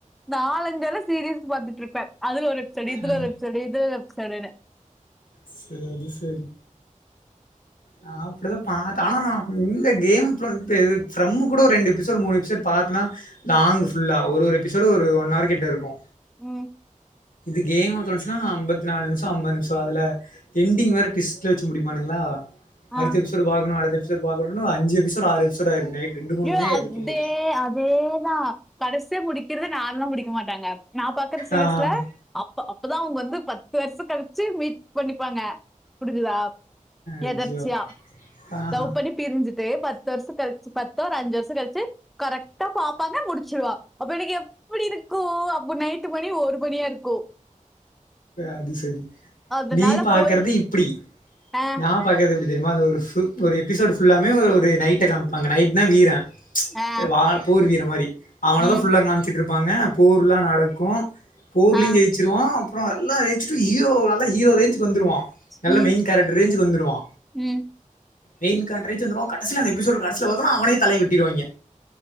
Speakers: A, in the centre; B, on the left.
A: நாலஞ்சு தடவ சீரீஸ் பாத்துட்டுருப்பே அதுல ஒரு எப்சோடு இதுல
B: ஆ
A: ஒரு எப்சோடு இதுல எப்சோடுன்னு
B: செரி செரி நா அப்டிதா பாத் ஆனா நா இந்த கேம்மு த்ரோன் பெ இது ஃப்ரம்மு கூட ஒரு ரெண்டு எபிசோடு மூணு எபிசோடு பாத்த னா லாங் ஃபுல்லா ஒரு ஒரு எபிசோடு ஒரு ஒன் ஆர் கிட்ட இருக்கு
A: ம்
B: இது கேம் ஆஃப் த்ரோன்ஸுன்னா அம்பத்தி நாலு நிமிஷோ அம்பது நிமிஷோ அதுல எண்டிங் வேற டிவிஷ்ட்ல வச்சு முடிப்பானுங்களா
A: ஆ.
B: அடுத்த எபிசோடு பாக்கனு அடுத்த எபிசோடு பாக்கனுன் ஒரு அஞ்சு எபிசோடு ஆறு எபிசோடு ஆயிடுது நைட் ரெண்டு மூணு
A: யோ
B: மணி ஆயிருது
A: அதே
B: தூங்குறதுக்கு
A: அதேதா கடைசியா முடிக்கிறது நார்மல்லா முடிக்க மாட்டாங்க நா பாக்ற சீரீஸ்ல
B: ஆ
A: அப் அப்பதா அவுங்க வந்து பத்து வருஷோ கழிச்சு மீட் பண்ணிப்பாங்க புரிஞ்சிதா
B: ஐயோ
A: எதர்ச்சியா
B: ஆஹா
A: லவ் பண்ணி பிரிஞ்சி ட்டு பத்து வருஷோ கழிச்சு பத்தோ ஒரு அஞ்சு வருஷ கழிச்சு கரெக்டா பாப்பாங்க முடிச்சுடுவா அப்ப எனக்கு எப்டி எப்டி இருக்கு அப்போ நைட்டு மணி ஒரு மணியா இருக்கு
B: அது சரி
A: அதனால
B: நீ பாக்கறது
A: போய்
B: இப்டி
A: ஆ
B: நா பாக்கறது எப்டி தெரியுமா அந்த ஒரு ஃபுல் ஒரு எபிசோடு் ஃபுல்லாமே ஒரு நைட்ட காமிப்பாங்க நைட்னா வீர
A: ஆ
B: வார் போர்வீர மாரி அவனதா
A: ம்
B: ஃபுல்லா காமிச்சிட்டு இருப் ப்பாங்க போர்லா நடக்கு போர்லியு
A: ஆ
B: ஜெயிச்சுருவா அப்பறோ எல்லா ஏய்சுட்டு ஹீரோ நல்ல ஹீரோ ரேஞ்சு வந்துருவா நல்ல
A: ம்
B: மெயின் கேரக்டர் ரேஞ்சுக்கு வந்துருவா
A: ம்
B: மெயின் கே ரேன்ஞ் வந்துருவா கடசில கடசில பாத்தான அவனயே தலய வெட்டிருவாய்ங்க